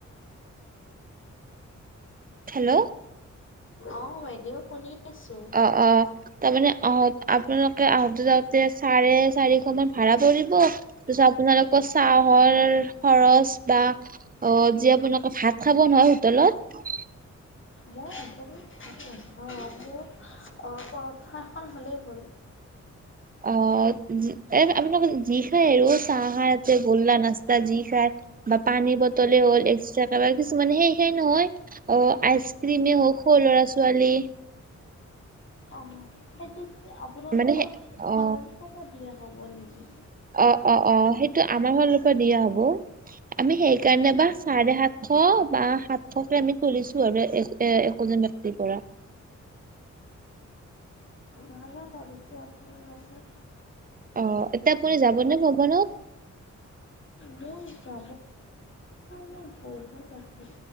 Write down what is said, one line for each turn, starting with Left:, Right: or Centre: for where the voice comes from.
Right: থেল্ল'
Left: অ বাইদেউ শুনি আছোঁ।
Right: অ অ তাৰমানে অহ আপোনালোকে আহোতে যাওঁতে চাৰে চাৰিশ মান ভাড়া পৰিব। তাৰপিছত আপোনালোকৰ চাহৰ খৰচ বা অ যি আপোনালোকে ভাত খাব নহয় হোটেলত
Left: মই হোটেলত ভাত নাখ অ মোৰ অ পৰঠা এখন হ'লেই হ'ল।
Right: অ এ আপোনালোকে যি খায় আৰু চাহ আছে গোল্লা নাস্তা যি খায় বা পানী বটলে
Left: উম,
Right: হ'ল এক্সট্ৰা তাবা কিছুমানে সেই খাই নহয় অ আইচ ক্ৰীমে হওক ল'ৰা-ছোৱালী
Left: অ সেইটোত আপোনালোকৰ
Right: মানে সে অ
Left: ফালৰ পৰা দিয়া হ'ব নেকি?
Right: অ অ অ সেইটো আমাৰ ফালৰ পৰা দিয়া হ'ব। আমি সেইকাৰণে বা চাৰে সাত শ বা সাতশকে আমি তুলিছো আৰু এ এ একোজন ব্যক্তিৰ পৰা।
Left: ভালে কৰিছ। <unintelligible> <unintelligible>
Right: অ এতিয়া আপুনি যাবনে ভ্ৰমণত
Left: মনটো মোৰ বহুত আছে